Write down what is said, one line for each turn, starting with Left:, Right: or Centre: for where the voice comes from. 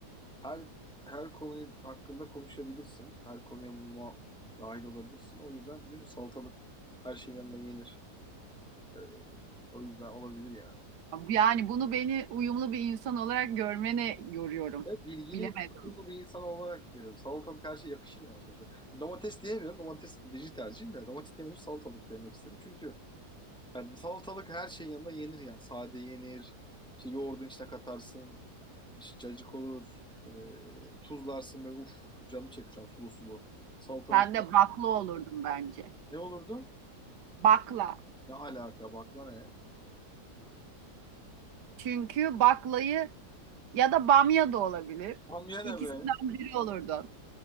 Centre: her her konuyu hakkında konuşabilirsin. Her konuya muha- dahil olabilirsin. O yüzden biliyorsun salatalık her şeyin yanında yenir. Ee, o yüzden olabilir yani.
Right: Yani bunu beni uyumlu bir insan olarak görmene yoruyorum.
Centre: Evet, bilgili
Right: Bilemedim.
Centre: tutumlu bir insan olarak veriyorum. Salatalık her şeye yakışır yani sonuçta. Domates diyemiyorum. Domates birinci tercihim de. Domates diyemiyorum. Salatalık demek istedim. Çünkü yani salatalık her şeyin yanında yenir yani. Sade yenir. İşte yoğurdun içine katarsın. İşte cacık olur. Ee, tuzlarsın böyle uf canım çekti şu an sulu sulu. Salatanın
Right: Sen
Centre: içine.
Right: de bakla olurdun bence.
Centre: Ne olurdu?
Right: Bakla.
Centre: Ne alaka bak lan hele.
Right: Çünkü baklayı ya da bamya da olabilir.
Centre: Bamya
Right: İkisinden
Centre: ne be?
Right: biri olurdun.